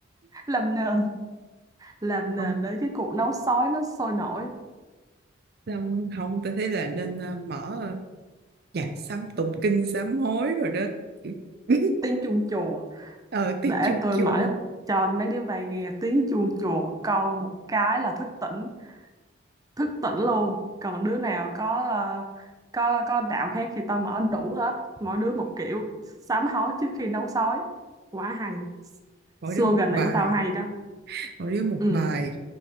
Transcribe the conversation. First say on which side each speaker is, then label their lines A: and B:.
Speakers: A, on the right; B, on the right.
A: <laughs> làm nền làm nền
B: không
A: để cái cuộc nấu sói nó sôi nổi
B: Xong không tôi thấy là nên ờ, mở ờ, nhạc sám tụng kinh sám hối rồi đó Kiểu- <laughs>
A: tiếng chuông chùa
B: ờ tiếng
A: để
B: chuông
A: tôi
B: chùa
A: mở cho mấy đứa bay nghe tiếng chuông chùa con một cái là thức tỉnh thức tỉnh luôn còn đứa nào có ờ, có có đạo khác thì tao mở đủ hết mỗi đứa một kiểu sám hối trước khi nấu sói quá hay
B: mỗi
A: slogan
B: đứa một bài
A: này của tao hay đó
B: mỗi đứa một
A: ừ
B: bài